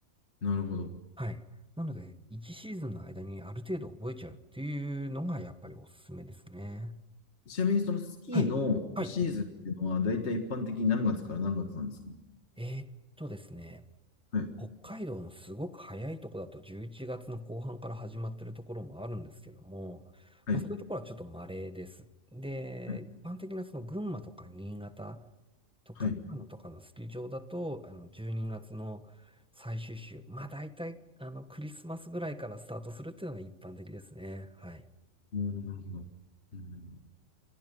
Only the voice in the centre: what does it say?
はい。なので、1シーズンの間にある程度覚えちゃうっていうのがやっぱりおすすめですね。
はい。はい。
えーっとですね。
北海道のすごく早いとこだと11月の後半から始まってるところもあるんですけども、
まあそういうところはちょっと稀です。で、
一般的なその群馬とか新潟とか長野とかのスキー場だと、
あの12月の最終週、まあ大体あのクリスマスぐらいからスタートするっていうのが一般的ですね。はい。